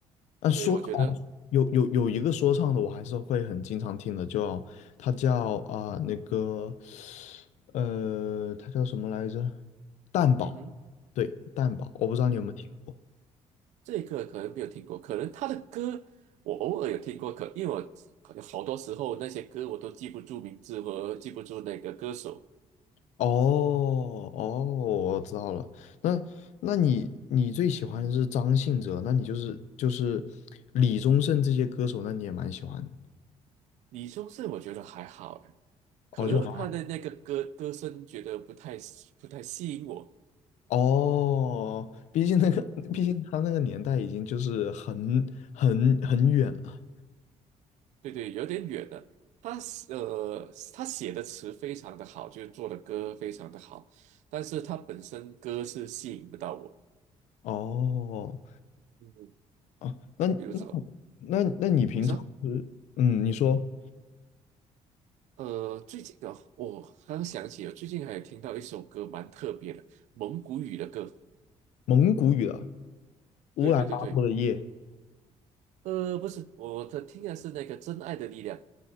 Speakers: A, on the left; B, on the right.
A: 但说唱哦有有有一个说唱的，
B: 对，我觉得，
A: 我还是会很经常听的，叫他叫啊、那个呃它叫什么来着？蛋堡，
B: 嗯哼，
A: 对蛋堡，我不知道你有没有听。
B: 嗯，
A: 过。
B: 这个可能没有听过，可能他的歌我偶尔有听过，可因为我好多时候那些歌我都记不住名字和记不住那个歌手。
A: 哦哦，我知道了。那那你你最喜欢的是张信哲，那你就是就是李宗盛这些歌手，那你也蛮喜欢的。
B: 李宗盛我觉得还好，哎，
A: 哦，
B: 可能他的那个歌歌声觉得不太不太吸引我。
A: 就还好哦，毕竟那个，
B: 嗯，
A: 毕竟他那个年代已经就是很很很远了。
B: 对对，有点远了。他是呃，他写的词非常的好，就是做的歌非常的好，但是他本身歌是吸引不到我。
A: 哦
B: 嗯，
A: 哦，那那
B: 比如说
A: 那那你平常是嗯，
B: 你说？
A: 你说
B: 呃，最近的我刚想起了，最近还有听到一首歌蛮特别的，蒙古语的歌。
A: 蒙古语的
B: 对对对对，
A: 《乌兰巴托的夜》？
B: 呃，不是，我的听的是那个《真爱的力量》。